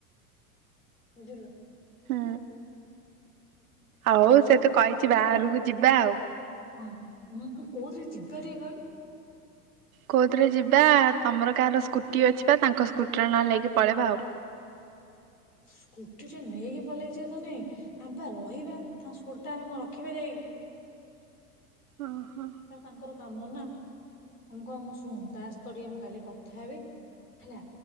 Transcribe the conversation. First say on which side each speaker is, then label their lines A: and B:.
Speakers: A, on the left; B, on the right.
A: ବୁଝିଲୁ
B: ହୁଁ ଆଉ ସେ ତ କହିଛି
A: ତୁ
B: ବାହାଘରକୁ
A: ତ
B: ଯିବା ଆଉ
A: ହଁ ମୁଁ କୋଉଥିରେ ଯିବାଟିକେ କହିଲୁ
B: କଉଥିରେ ଯିବା ତମର କାହାର ସ୍କୁଟି ଅଛି ବା ତାଙ୍କ ସ୍କୁଟିରେ ନହେଲେ ନେଇକି ପଳେଇବା ଆଉ
A: ସ୍କୁଟିଟା ନେଇକି ପଇଲେ କିଛି କଥା ନାଇଁ ଆମ ପା ରହିବା ତାଙ୍କ ସ୍କୁଟିଟା ଆମେ କଣ ରଖିପାରିବା କି
B: ଓ ହୋ
A: ସେଟା ତାଙ୍କର କାମ ନା ମୁଁ କଣ କହୁଛୁ ଶୁଣୁ ତା ସହିତ ଟିକେ ମୁଁ କାଲି କଥା ହେବି ହେଲା